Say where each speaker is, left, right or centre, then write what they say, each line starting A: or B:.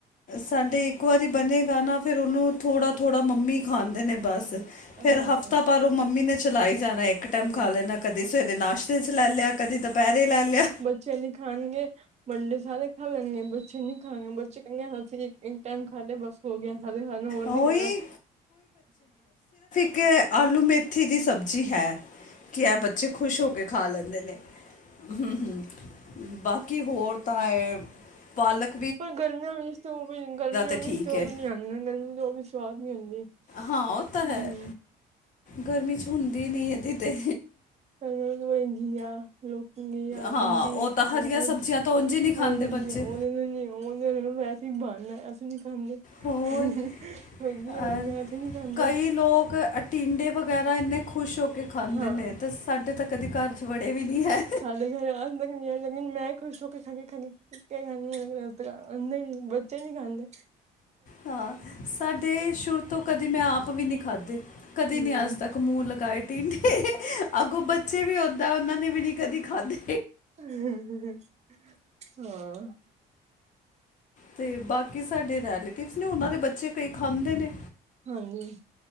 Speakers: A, on the left; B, on the right.
A: ਸਾਡੇ ਇੱਕ ਵਾਰੀ ਬਣੇਗਾ ਨਾ, ਫੇਰ ਓਨੂੰ ਥੋੜ੍ਹਾ-ਥੋੜ੍ਹਾ ਮੰਮੀ ਖਾਂਦੇ ਨੇ ਬਸ
B: ਹਾਂ
A: ਫੇਰ ਹਫ਼ਤਾ ਭਰ ਓ ਮੰਮੀ ਨੇ ਚਲਾਈ ਜਾਣਾ, ਇੱਕ ਟੈਮ ਖਾ
B: ਹਾਂ
A: ਲੈਣਾ ਕਦੀ ਸਵੇਰੇ ਨਾਸ਼ਤੇ ਚ ਲੈ ਲਿਆ, ਕਦੀ ਦੁਪੈਰੇ ਲੈ ਲਿਆ।
B: ਬੱਚੇ ਨੀ ਖਾਣਗੇ, ਬੰਡੇ ਸਾਰੇ ਖਾ ਲੈਣਗੇ ਬੱਚੇ ਨੀ ਖਾਗੇ ਬੱਚੇ ਕੈਹਣਗੇ, ਅਸੀ ਇੱਕ ਟੈਮ ਖਾ ਲਿਆ। ਬਸ ਹੋ ਗਿਆ, ਹਲੇ ਸਾਨੂੰ ਹੋਣ
A: ਉਹੀ
B: ਨੀ ਪੈਣਾ।
A: ਕਿ ਆਲੂ ਮੇਥੀ ਦੀ ਸਬਜ਼ੀ ਹੈ। ਕਿ ਐ ਬੱਚੇ ਖੁਸ਼ ਹੋ ਕੇ ਖਾ ਲੈਂਦੇ ਨੇ, ਹੂ ਹੂ ਬਾਕੀ ਹੋਰ ਪਾ-ਪਾਲਕ
B: ਪਰ ਗਰਮੀਆਂ ਵਿੱਚ ਤਾਂ ਏਹੀ ਵੀ ਗਰਮੀਆਂ
A: ਤੇ
B: ਵਿੱਚ
A: ਠੀਕ
B: ਤਾਂ
A: ਹੈ
B: ਉਹ ਵੀ ਨ ਆਦੀਆ ਗਰਮੀਆਂ ਚ ਉਹ ਵੀ ਸਵਾਦ ਨਹੀਂ ਹੁੰਦੀ।
A: ਹਾਂ ਉਹ ਤਾਂ
B: ਹਮ
A: ਹੈ, ਗਰਮੀ ਚ ਹੁੰਦੀ ਨਹੀਂ ਐਦੀ ਤੇ।
B: ਹੋਰ ਵਧੀਆ। ਲੋਕੀ, ਘੀਆ,
A: ਹਾਂ
B: ਬਿੰਡੀ,
A: ਉਹ ਤਾਂ ਹਰੀਆਂ
B: ਏਜ,
A: ਸਬਜ਼ੀਆਂ ਤਾਂ ਉਂਝ ਹੀ ਨਹੀਂ ਖਾਂਦੇ
B: ਹਰੀਆਂ
A: ਬੱਚੇ
B: <unintelligible> ਉਹਦੇ ਉਹਦੇ ਚ ਵੈਸੀ ਬਣਾ ਐ, ਅਸੀਂ ਨੀ ਖਾਂਦੇ।
A: ਹੋਰ
B: ਸਰਦੀ
A: ਅ
B: ਆ ਰਹੀ ਆਥ ਨੀ ਖਾਂਦੇ?
A: ਕਈ ਲੋਕ ਅੱ ਟਟੀਂਡੇ ਵਗੈਰਾ ਇੰਨੇ ਖੁਸ਼ ਹੋ ਕੇ ਖਾਂਦੇ
B: ਹਾਂ
A: ਨੇ ਤੇ ਸਾਡੇ ਤਾਂ ਕਦੇ ਘਰ ਜ ਵੜੇ ਵੀ ਨੀ ਐ।
B: <unintelligible> ਇੰਨੇ ਖੁਸ਼ ਹੋ ਕੇ ਖਾਂਦੇ ਨੇ ਚੰਗੀ ਗੱਲ ਏ।
A: ਹਾਂ, ਸਾਡੇ ਸ਼ੁਰ ਤੋਂ ਕਦੇ ਮੈਂ ਆਪ ਵੀ ਨੀ ਖਾਧੇ। ਕਦੇ
B: ਹੂੰ
A: ਨੀ ਅੱਜ ਤੱਕ ਮੂੰਹ ਲਗਾਏ ਟੀਂਡੇ, ਅੱਗੋਂ ਬੱਚੇ ਵੀ ਉਦ ਤਾਂ ਉਹਨਾਂ ਨੇ ਵੀ ਨਹੀਂ ਕਦੀ ਖਾਧੇ।
B: <inaudible> ਹਾਂ
A: ਤੇ ਬਾਕੀ ਸਾਡੇ ਰੈਲੇਟਿਵਸ ਨੇ ਉਹਨਾਂ ਦੇ ਬੱਚੇ ਕਈ ਖਾਂਦੇ ਨੇ।
B: ਹਾਂਜੀ